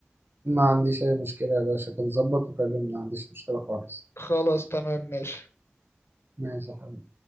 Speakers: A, on the right (about 60°); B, on the left (about 90°).
A: ما عنديش اي مشكلة يا باشا كده ظبط وكلمني ما عنديش مشكلة خالص
B: خلاص تمام ماشي
A: ماشي يا حبيبي